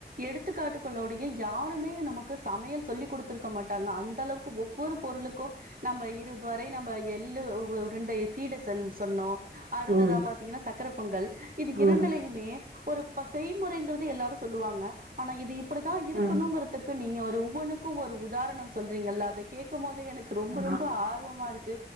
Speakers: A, on the right; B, on the right.
A: எடுத்துக்காட்டுக்களோடயு யாருமே நமக்கு சமையல் சொல்லி் கொடுத்துருக்க மாட்டாங்க அந் தளவுக்கு ஒவ்வொரு பொருளுக்கு நம்ப இரு வரை நம்ப எள்ளு உருண்டை சீட சென் சொன்னோ அடுத்ததா
B: ம்
A: பாத்தீங்கனா சக்கர பொங்கல் இது இரண்டுலயுமே
B: ம்
A: ஒரு ப செய்முறைங்குறது எல்லாரு சொல்லுவாங்க ஆனா இது இப் புடி தா இருக்கணுங்குறத்துக்கு
B: ம்
A: நீங்க ஒ ஒவ்வொன்னுக்கு ஒரு உ தாரணம் சொல்றீங்கல்ல அத கே க்கும் போதெ எனக் கு ரொம்ப ரொம்ப
B: ஆ
A: ஆர்வமாருக்கு